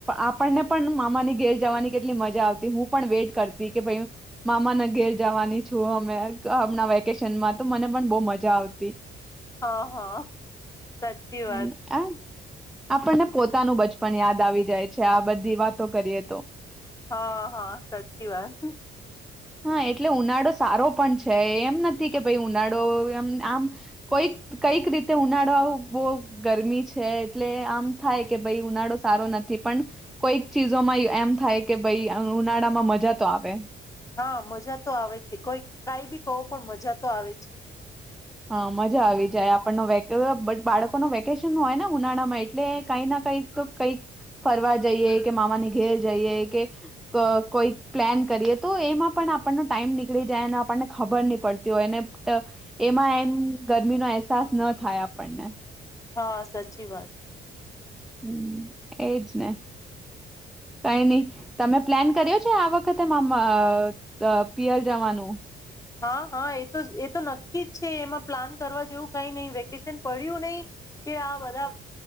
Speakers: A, in the centre; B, on the left.
A: આપણને પણ મામાની ઘેર જવાની કેટલી મજા આવતી હું પણ વેટ કરતી કે ભઈ મામાના ઘેર જવાની છું અમે હમણા વેકેશનમાં તો મને પણ બહ મજા આવતી
B: હા હા સાચી
A: હમ્મ
B: વાત
A: આ આપણને પોતાનું બચપન યાદ આવી જાય છે આ બધી વાતો કરીએ તો
B: હા હા સાચી વાત
A: હા એટલે ઉનાળો સારો પણ છે એમ નથી કે ભાઈ ઉનાળો એમ આમ કોઈક કઈક રીતે ઉનાળો આવું બો ગરમી છે એટલે આમ થાય કે ભાઈ ઉનાળો સારો નથી પણ કોઈક ચીજોમાં એમ થાય કે ભાઈ ઉનાળામાં મજા તો આવે
B: હા મજા તો આવે છે કોઈ કઈ બી કો પણ મજા તો આવે છે
A: હા મજા આવી જાય આપણનો વે બટ બાળકો નો વેકેશન હોય ને ઉનાળા માં એટલે કઈક ના કઈક તો કંઈક ફરવા જઈએ કે મામાની ઘેર જઈએ કે કોઈક પ્લાન કરીએ તો એમાં પણ આપણનો ટાઈમ નીકળી જાય અને આપણને ખબર નહી પડતી હોય ને એમાં એમ ગરમીનો અહેસાસ ન થાય આપણને
B: હા સાચી વાત
A: હમ્મ એજ ને કઈ નહી તમે પ્લાન કર્યો છે આ વખતે મામા પિયર જવાનું
B: હા હા એ તો એ તો નક્કી જ છે એમાં પ્લાન કરવા જેવું કઈ નહી વેકેશન પડ્યું નહીિ કે આ બધા